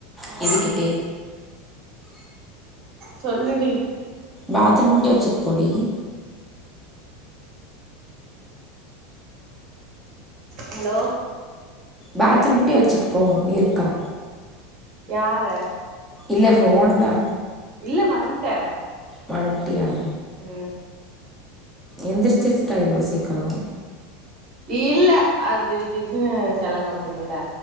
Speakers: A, in the centre; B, on the right (about 45°).
A: பேசிக்கிட்டே
B: சொல்லுடி
A: பாத்ரூம் பூட வச்சுட் போடி
B: ஹலோ
A: பாத்ரூம்ட்டே வச்சுட்டு போவோ இருக்கா
B: யார
A: இல்ல ஃபோனதா
B: இல்ல வண்ட்டே
A: பன்ட்டியா
B: உ
A: எந்திரிச்சிர்சி டைம் <unintelligible>
B: இல்ல அது திடீர் திடீர்னு செல்லோ கொஞ்சு இல்ல